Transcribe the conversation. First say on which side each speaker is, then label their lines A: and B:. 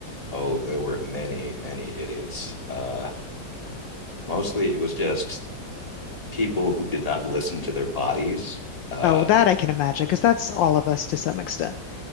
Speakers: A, on the left; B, on the left.
A: Oh, there were many many idiots. Uh, mostly it was just people who did not listen to their bodies. Uh,
B: Oh, that I can imagine because that's all of us to some extent.